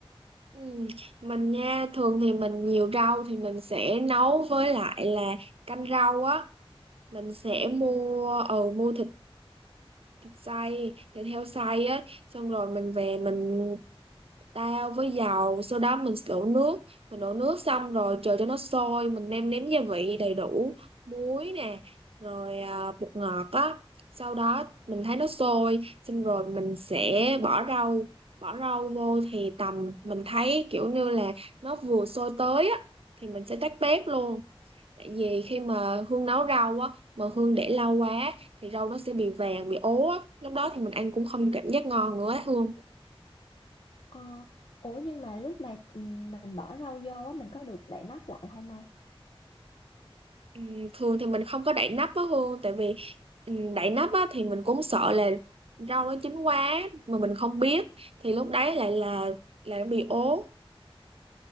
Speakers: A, on the right; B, on the left.
A: Ừ. Mình nha, thường thì mình nhiều rau thì mình sẽ nấu với lại là canh rau á. Mình sẽ mua, ừ, mua thịt thịt xay, thịt heo xay á. Xong rồi mình về mình tao với dầu sau đó mình đổ nước mình đổ nước xong rồi chờ cho nó sôi mình nêm nếm gia vị đầy đủ muối nè rồi à, bột ngọt á sau đó mình thấy nó sôi xong rồi mình sẽ bỏ rau bỏ rau vô thì tầm mình thấy kiểu như là nó vừa sôi tới á thì mình sẽ tắt bếp luôn tại vì khi mà Hương nấu rau á mà Hương để lâu quá thì rau nó sẽ bị vàng bị ố á lúc đó thì mình ăn cũng không cảm giác ngon nữa á Hương
B: Ờ, ủa nhưng mà lúc mà ừm, mình bỏ rau vô á mình có được đậy nắp lại không Mai?
A: Ừm, thường thì mình không có đậy nắp á Hương tại vì ừm, đậy nắp á thì mình cũng sợ là rau nó chín quá mà mình không biết thì lúc đấy lại là là nó bị ố